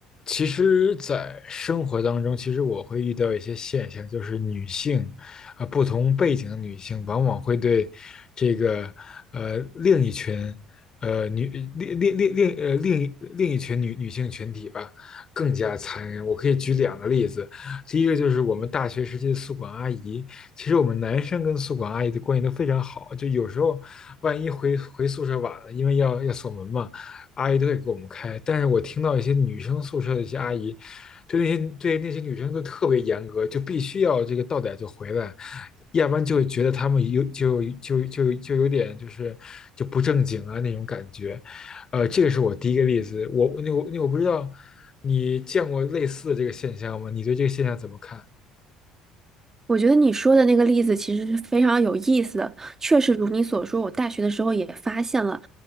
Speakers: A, on the left; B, on the right.
A: 其实，在生活当中，其实我会遇到一些现象，就是女性，啊、不同背景的女性，往往会对这个呃另一群呃女另另另另呃另一另一群女女性群体吧，更加残忍。我可以举两个例子，第一个就是我们大学时期的宿管阿姨，其实我们男生跟宿管阿姨的关系都非常好，就有时候万一回回宿舍晚了，因为要要锁门嘛。阿姨都会给我们开。但是我听到一些女生宿舍的一些阿姨，对那些对那些女生都特别严格，就必须要这个到点就回来，要不然就会觉得她们有就就就就有点就是就不正经啊那种感觉。呃，这个是我第一个例子。我那我那我不知道你见过类似的这个现象吗？你对这个现象怎么看？
B: 我觉得你说的那个例子其实是非常有意思的，确实如你所说，我大学的时候也发现了，